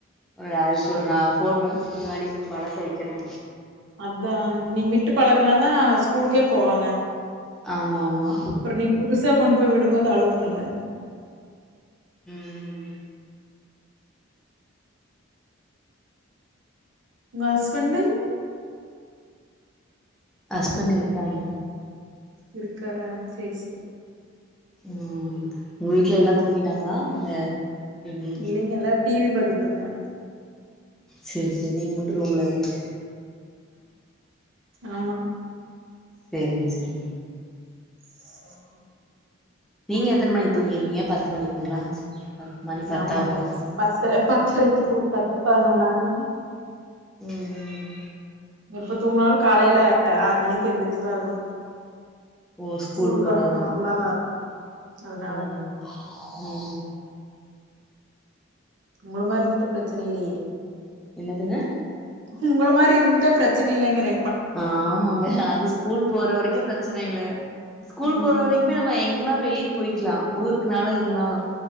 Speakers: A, in the centre; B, on the right (about 60°).
A: ஒரு அதுக்கு ஒரு நா ஃபோர் மந்த்ஸ்க்கு முன்னாடி பழக்க வைக்கணு
B: அதா நீங்க விட்டு பழக்குனாதா ஸ்கூலுக்கே போவாங்க
A: ஆமா ஆமா
B: நீங் புதுசா கொண்டு போய் விடும்போது அழுவாங்கல்ல
A: ம்
B: உங்க ஹஸ்பெண்டிங்
A: ஹாஸ்பண்ட் இருக்காங்கக
B: இருக்காரா சேரி சேரி
A: ம் உங்க வீட்ல எல்லா தூங்கிடாங்களா இல்ல எப்டி
B: இல்லைங்க எல்லா டி வி பாத்துட்டு இருக்காங்க
A: செரி செரி நீங்க மட்டும் ரூம்ல இருக்
B: ஆமா
A: செரிங்க செரிங்க.
B: <unintelligible>
A: நீங்க எத்துன மணிக்கு தூங்கிருவீங்க பத்து மணிக்குங்களா பத் மணி பத்தாக
B: ஆமாங்க
A: போது
B: பத்தர பத்தரைக்கி தூங் பத்து பதினொன்னு ஆகுங்க
A: ம் ம்
B: எப்ப தூங்குனாலு காலையில ஆறு மணிக்கு எந்திரிச்சு தா ஆகணு
A: ஓ ஸ்கூல்
B: ஸ்கூலுக்கு
A: போறதுனால
B: அனுப்பனுங்களா அதனால
A: ம் ம்
B: உங்களமாரி இருந்துட்டா பிரச்சன இல்லையே
A: என்னதுங்க
B: உங்கள மாரி இருந்துட்டா பிரச்சன இல்லங்கிறே
A: ஆமாங்க அது ஸ்கூல் போற வரைக்கு பிரச்சன இல்ல ஸ்கூல்
B: ம்
A: போற வரைக்குமே நம்ம எங்கனாலு வெளிய போய் க்கலா ஊருக்குனாலு எங்கனாலு